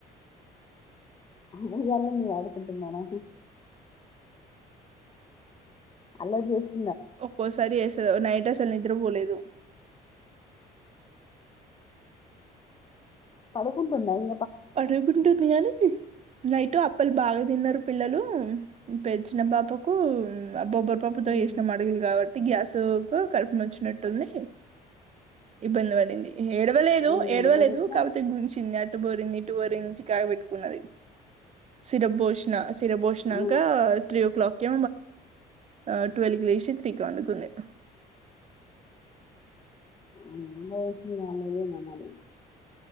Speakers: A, on the left (about 30°); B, on the right (about 40°).
A: అమ్మయళ మీ ఆడుకుంటందానా అలా చేసి
B: ఒక్కోసారి అసలు నైట్ అసలు నిద్రపోలేదు
A: పడుకుంటందా ఇ
B: పడవికుంటందియానీ నైటు అప్పలు బాగా తిన్నారు పిల్లలు పె చిన్న పాపకు బ్బబ్బరి పాప్పుతోయేచన
A: హ్మ్.
B: మడుగులు కాబట్టి గ్యాస్ తూకు కడుపున వచ్చినట్టుంది ఇబ్బంది పడింది ఏడవలేదు
A: అయ్యో
B: ఏడవలేదు
A: మరి ఎట్లా
B: కాబపోతే గుంచింది అట్టుబోరింది ఇంచ కాయ పెట్టుకున్నది సిర పోషణ సిర బోషణాంగా
A: ఆ,
B: త్రీ ఓ్లాక్కి ఆ ట్వల్వ క్ లేషిత్రకి వకుంది
A: ఎ వసంది కాలదు మమరి